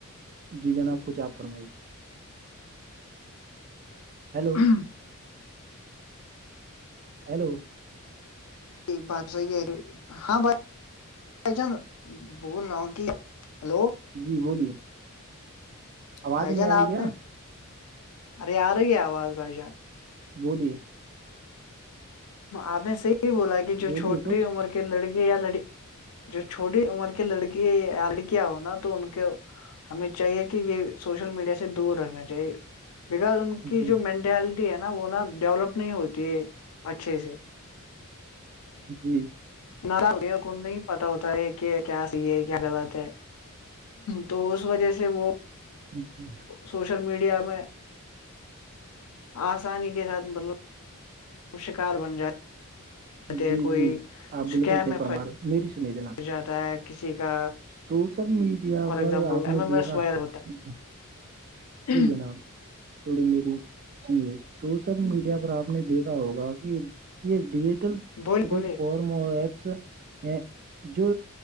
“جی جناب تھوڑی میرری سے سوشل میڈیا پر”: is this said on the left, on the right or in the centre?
Right